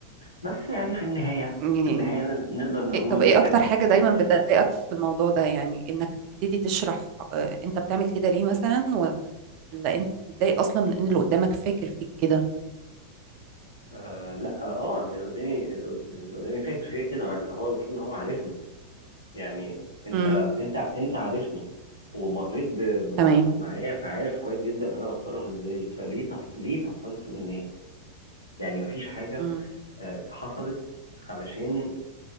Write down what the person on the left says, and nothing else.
بس يعني في النهاية
في النهاية ن- نقدر نقول
إن
إحنا
في الآخر
آه لا اه ان اللي قدامي اللي قدامي فاكر فيا كده مع ان هو المفروض ان هو عارفني يعني انت
انت انت عارفني ومريت ب- بمواقف
معايا فعارف كويس جدا انا بتصرف ازاي فليه تف... ليه تفصلت سوء النية يعني مفيش حاجة
آه، حصلت علشان